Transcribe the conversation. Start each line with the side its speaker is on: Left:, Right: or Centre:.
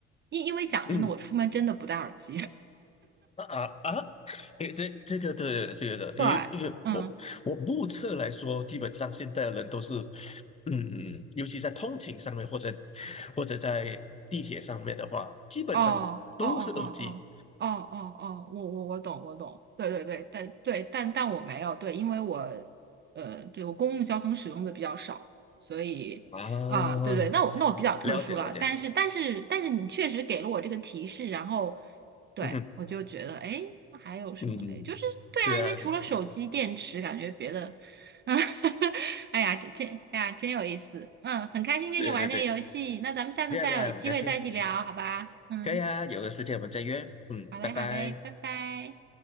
Right: 因因为讲真的，
Left: 嗯，
Right: 我出门真的不戴耳机，
Left: 啊啊！诶，这这个对这个的，
Right: <laughs> 对，
Left: 因为因为我我目测来说，
Right: 嗯。
Left: 基本上现在的人都是，嗯，尤其在通勤上面或者或者在地铁上面的话，基本上都是耳机
Right: 哦哦哦哦哦哦哦哦，我我我懂我懂，对对对，但对但但我没有对，因为我呃，对我公共交通使用的比较少，所以啊，
Left: 啊。
Right: 对对，那我那我比较特殊了，
Left: 了解了解，
Right: 但是但是但是你确实给了我这个提示，然后
Left: <laughs>
Right: 对我就觉得哎，
Left: 嗯
Right: 那还有什么嘞？
Left: 嗯，
Right: 就是对啊，
Left: 对啊，
Right: 因为除了手机电池，
Left: <laughs> 对
Right: 感觉别的，<laughs> 哎呀，这这哎呀，真有意思，嗯，很开心跟你玩这个游戏，
Left: 对对，对
Right: 那咱们下次再有机会再一起聊，
Left: 啊对啊，很开心，
Right: 好吧？嗯。
Left: 可以啊，有的时间我们再约，嗯，
Right: 好嘞，
Left: 拜拜。
Right: 好嘞，拜拜。